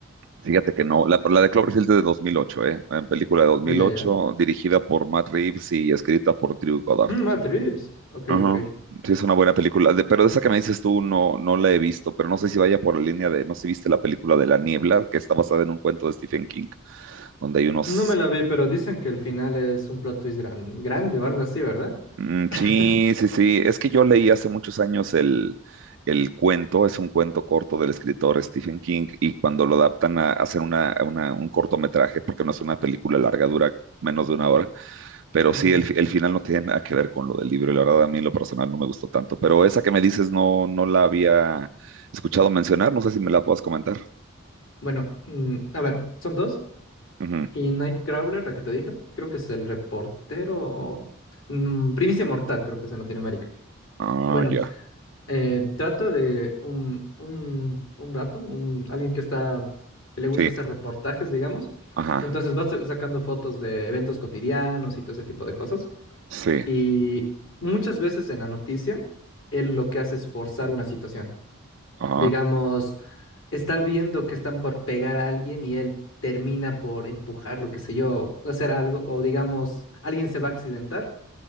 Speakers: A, on the right; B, on the left.
A: fíjate que no, la, la de Cloverfield es de 2008, ¿eh? En película de 2008,
B: Ah, ya, ya.
A: dirigida por Matt Reeves y escrita por Drew Goddard.
B: Mm, Matt Reeves. Ok,
A: Ajá.
B: ok.
A: Sí, es una buena película. De- pero de esa que me dices tú no, no la he visto, pero no sé si vaya por la línea de, no sé si viste la película de La Niebla, que está basada en un cuento de Stephen King, donde hay unos
B: No me la vi, pero dicen que el final es un plot twist gran- grande o algo así, ¿verdad?
A: Mm,
B: <laughs>
A: Sí, sí, sí. Es que yo leí hace muchos años el, el cuento, es un cuento corto del escritor Stephen King, y cuando lo adaptan a hacer una, a una- un cortometraje, porque no es una película larga, dura menos de una hora, pero
B: Ujú.
A: sí, el, fi- el final no tiene nada que ver con lo del libro, y la verdad a mí en lo personal no me gustó tanto. Pero esa que me dices no, no la había escuchado mencionar, no sé si me la puedas comentar.
B: Bueno, mm, a ver, son dos.
A: Ujú.
B: Y Nightcrawler, la que te dije, creo que es el reportero o mm, Primicia Mortal, creo que es en Latinoamérica.
A: Ah,
B: Bueno,
A: ya.
B: Eh, trata de un, un, un vato, un, alguien que está, que le gusta
A: Sí,
B: hacer reportajes, digamos.
A: ajá,
B: Entonces va sa- sacando fotos de eventos cotidianos y todo ese tipo de cosas.
A: sí,
B: Y muchas veces en la noticia, él lo que hace es forzar una situación.
A: ajá.
B: Digamos, está viendo que están por pegar a alguien y él termina por empujarlo, qué sé yo, hacer algo. O digamos, alguien se va a accidentar